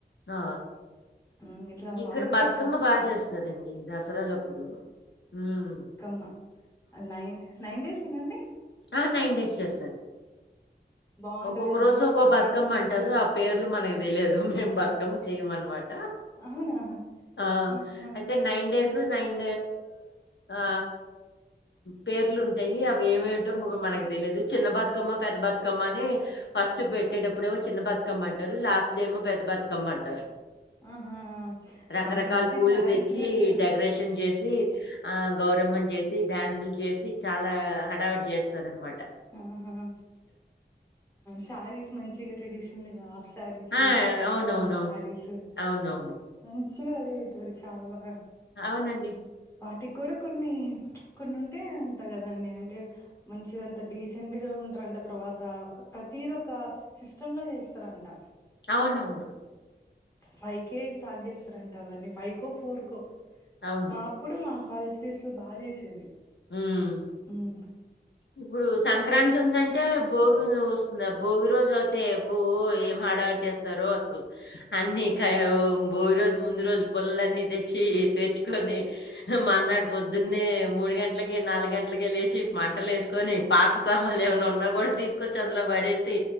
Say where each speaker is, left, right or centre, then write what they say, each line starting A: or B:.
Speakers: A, on the left; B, on the left.
A: ఆ
B: హ్మ్. ఇట్లా
A: ఇక్కడ
B: వాళ్ళు కూడా
A: బతుకమ్మ
B: ఇట్లా
A: బాగా చేస్తారండి దసరాల అప్పుడు మ్మ్
B: మ్మా నైన్ నైన్ డేస్ ఏనండి
A: ఆ నైన్ డేస్ చేస్తారు
B: బావుంటది.
A: ఒక్కొక్క
B: అది
A: రోజు
B: గూడా
A: ఒక్కొ
B: ఒక ట్రెడిషనల్
A: బతుకమ్ అంటారు
B: లుక్.
A: ఆ పేర్లు మనకి తెలియదు మేం బతుకమ్ చెయ అన్నమాట
B: అవునా
A: ఆ
B: ఆహా!
A: అయితే నైన్ డేస్ నైన్ ఆ పేర్లు ఉంటాయి అవి ఏవ్ మనకు తెలియదు చిన్న బతుకమ్మ పెద్ద బతుకమ్మ అని ఫస్ట్ పెట్టేటప్పుడు ఏమో చిన్న బతుకమ్మ అంటారు లాస్ట్ డేమో పెద్ద బతుకమ్మ అంటారు
B: ఆహా!
A: రకరకాల
B: వాళ్ళు మంచి
A: పూలు
B: శారీస్
A: తెచ్చి
B: గడతారు.
A: డెకరేషన్ చేసి ఆ గ గౌరమ్మ ని చేసి డ్యాన్సులు చేసి చాలా హడావడి చేస్తారు అనమాట
B: ఆహా శారీస్ మంచిగా ట్రెడిషనల్గా సారీస్
A: ఆ అవునవునవును
B: ఫుల్ సారీస్
A: అవునవును
B: మన్ చ్చకగ రెడీ అయితారు చాలా బాగా
A: అవునండి
B: వాటికి కూడా కొన్ని కొన్ని ఉంటే ఉంటాయ్ కదండి అంటే మంచిగా డీసెంట్ గా ఉంటారంట తర్వాత ప్రతీది ఒక సిస్టమ్ లో చేస్తారంట
A: అవునవును
B: ఫైవ్ కేే స్టార్ట్ చేస్తారంట అవని ఫైవ్ కో ఫోర్ కో
A: అవును
B: మా అప్పుడు మాకు కాలేజ్ డేస్ లో బా చేసేది
A: మ్మ్
B: మ్
A: ఇప్పుడు సంక్రాంతి ఉందంటే భోగి వస్తుంది భోగి రోజు ఐతే అభో ఎం హడావిడి చేస్తార రో అసలు అన్నిీ
B: అవునవును
A: భోగి రోజు ముందు రోజు పుల్లలు తెచ్చి పేర్చు కొని మన్నాడు పొద్దున్న మూడు గంటలకి నాలుగు గంటలక లేచి మంటలు వేసుకొని పాత సామాలు ఏమైన్నా ఉన్నా కూడా తీసుకు కొచి అందులో పడేసి